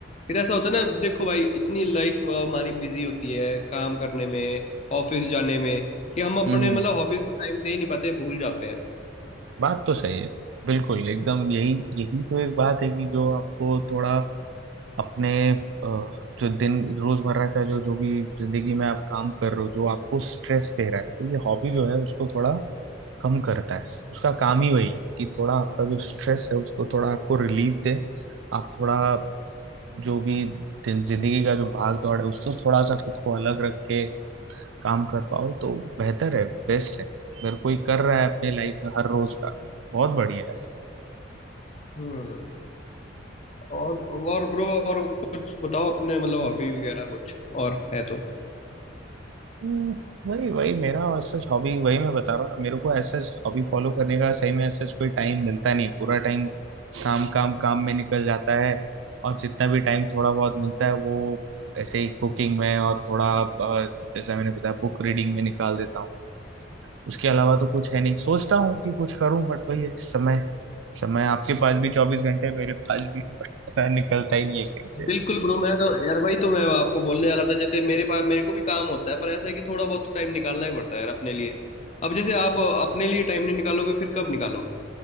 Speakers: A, on the left; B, on the right.
A: फिर ऐसा होता है ना देखो भाई इतनी लाइफ हमारी बिजी होती है काम करने में ऑफिस जाने में कि हम अपने
B: हम्म
A: मतलब हॉबीज को टाइम दे ही नहीं पाते भूल जाते हैं
B: बात तो सही है बिल्कुल एकदम यही यही तो एक बात है कि जो आपको थोड़ा अपने अ, जो दिन रोजमर्रा का जो जो भी जिंदगी में आप काम कर रहे हो जो आपको स्ट्रेस दे रहा है तो ये हॉबी जो है उसको थोड़ा कम करता है उसका काम ही वही है कि थोड़ा आपका जो स्ट्रेस है उसको थोड़ा आपको रिलीफ दे आप थोड़ा जो भी दिन- जिंदगी का जो भाग दौड़ है उससे थोड़ा सा खुद को अलग रख के काम कर पाओ तो बेहतर है बेस्ट है अगर कोई कर रहा है अपने लाइफ में हर रोज का बहुत बढ़िया है
A: हम्म और और ब्रो और कुछ बताओ अपने मतलब हॉबी वगैरह कुछ और है तो
B: हम्म, वही वही मेरा सच हॉबी वही मैं बता रहा हूँ ना मेरे को ऐसा हॉबी फॉलो करने का सही में ऐसा कोई टाइम मिलता नहीं पूरा टाइम काम काम काम में निकल जाता है और जितना भी टाइम थोड़ा बहुत मिलता है वो ऐसे ही कुकिंग में और थोड़ा अ, जैसा मैंने बताया बुक रीडिंग में निकाल देता हूँ उसके अलावा तो कुछ है नहीं सोचता हूँ कि कुछ करूँ बट वही है समय समय आपके पास भी चौबीस घंटे मेरे पास भी <laughs> बट पता है, निकलता ही नहीं है कहीं
A: बिल्कुल ब्रो मैं तो यार भाई तो मैं आपको बोलने वाला था जैसे मेरे पास मेरे को भी काम होता है पर ऐसा है कि थोड़ा बहुत तो टाइम निकालना ही पड़ता है यार अपने लिए अब जैसे आप अपने लिए टाइम नहीं निकालोगे फिर कब निकालोगे